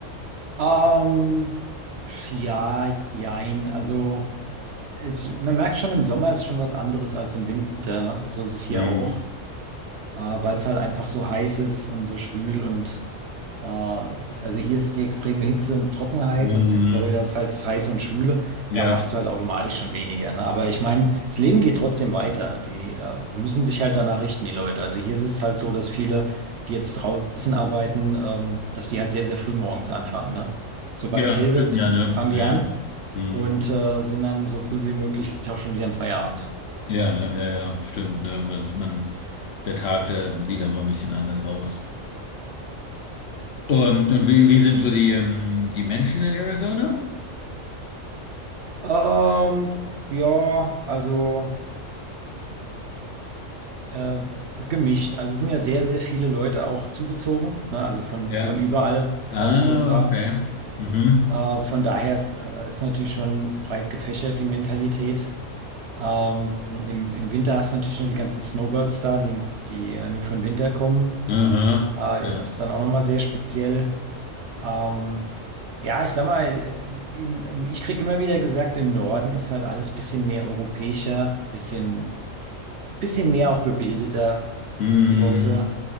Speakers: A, on the right; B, on the left.
A: ähm, ja, jein. Also es, man merkt schon, im Sommer ist schon was anderes als im Winter, ne? So ist es hier
B: Hm.
A: auch, äh, weil es halt einfach so heiß ist und so schwül und Äh, also hier ist die extreme Hitze und Trockenheit
B: Hm.
A: und in Florida ist halt heiß und schwüle.
B: Ja,
A: Da machst du halt automatisch schon weniger, ne? Aber ich meine, das Leben geht trotzdem weiter. Die äh, müssen sich halt danach richten, die Leute. Also hier ist es halt so, dass viele, die jetzt draußen arbeiten, ähm, dass die halt sehr, sehr früh morgens anfangen, ne? Sobald
B: ja,
A: es hell
B: stimmt
A: wird,
B: ja, ne?
A: fangen
B: Ja,
A: die an
B: ja. Hm.
A: und äh, sind dann so früh wie möglich auch schon wieder im Feierabend.
B: Ja, ne, ja, ja, stimmt, ne? Dass man, der Tag, der sieht einfach ein bisschen anders aus. Und, und wie, wie sind so die, ähm, die Menschen in Arizona?
A: Ähm, ja, also. äh, gemischt. Also es sind ja sehr, sehr viele Leute auch zugezogen, ne? Also von,
B: Ja.
A: von überall
B: Ah,
A: aus den USA.
B: okay. Mhm.
A: Äh, von daher ist, äh, ist natürlich schon breit gefächert die Mentalität. Ähm, im, im Winter hast du natürlich nur die ganzen Snowbirds da, die, die äh, nur für den Winter kommen.
B: Aha.
A: Äh,
B: Ja.
A: das ist dann auch nochmal sehr speziell. Ähm, ja, ich sag mal, im, im- ich krieg immer wieder gesagt, im Norden ist halt alles bisschen mehr europäischer, bisschen, bisschen mehr auch gebildeter.
B: Hm.
A: die Leute,